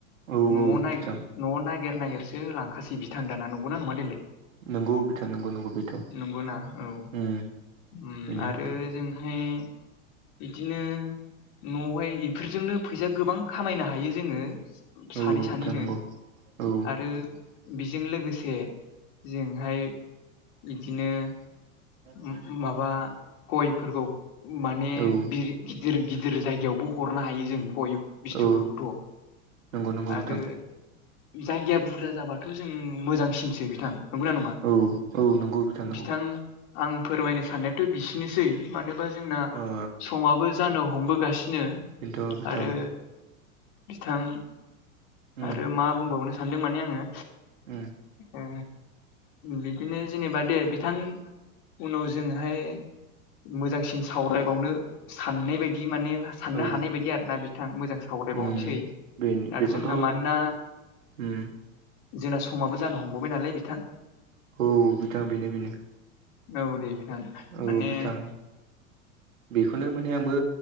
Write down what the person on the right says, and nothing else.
औ
औ
बिथां
नंगौ बिथां नंगौ नंगौ बेथ' उम।
बेनो
बिथां
औ
बिथां नंगौ औ
<unintelligible>
औ
औ नंगौ नंगौ
बिथां
औ औ नंगौ नंगौ
ओ
ओ बिथां।
उम
उम।
औ
उम बे
बेखौनोथ'
उम।
औ बिथां बेनो बेनो।
औ
बिथां बेखौनो माने आंबो।